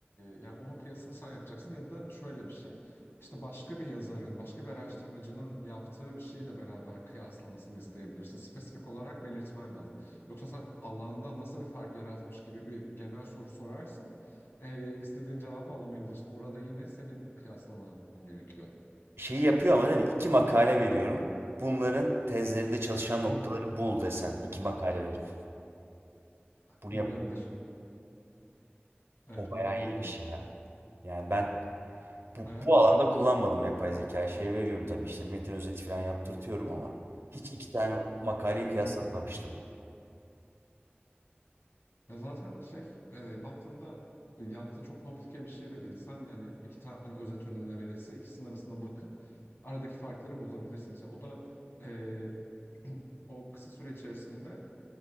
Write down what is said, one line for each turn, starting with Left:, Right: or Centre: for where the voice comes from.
Left: yani onun kıyasını sen yapacaksın ya da şöyle bir şey, işte başka bir yazarın, başka bir araştırmacının yaptığı bir şeyle beraber kıyaslamasını isteyebilirsin. Spesifik olarak belirtmen lazım. Yoksa sen alanda nasıl bir fark yaratmış gibi bir genel soru sorarsan, eee, istediğin cevabı alamayabilirsin. Orada yine senin kıyaslaman gerekiyor.
Right: Şeyi yapıyor ama değil mi? İki makale veriyorum. Bunların tezlerinde çalışan noktaları
Left: Hı hı.
Right: bul desem. iki makale verip. Bunu
Left: Bulabilir.
Right: yap.
Left: Evet,
Right: O bayağı
Left: bunu yapabiliyor.
Right: iyiymiş ya. Yani ben Bu,
Left: Evet.
Right: bu alanda kullanmadım yapay zekayı. Şey veriyorum tabii işte metin özeti falan yaptırtıyorum ama hiç iki tane makaleyi
Left: Hı
Right: kıyaslatmamıştım.
Left: hı. Ya zaten şey e, baktığında e, yaptığı çok komplike bir şey de değil. Sen de hani iki tane özet önüne verirse ikisinin arasında bakıp aradaki farkları bulabilirsin. Mesela o da e, <clears throat> o kısa süre içerisinde